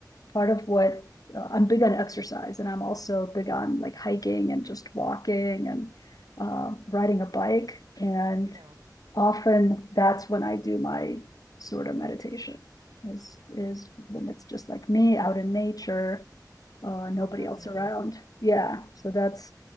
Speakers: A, on the left; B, on the right.
A: part of what uh, I'm big on exercise and I'm also big on like hiking and just walking and uh, riding a bike. And
B: Yeah.
A: often that's when I do my sort of meditation is is when it's just like me out in nature, uh, nobody
B: Oh, definitely.
A: else around. Yeah, so that's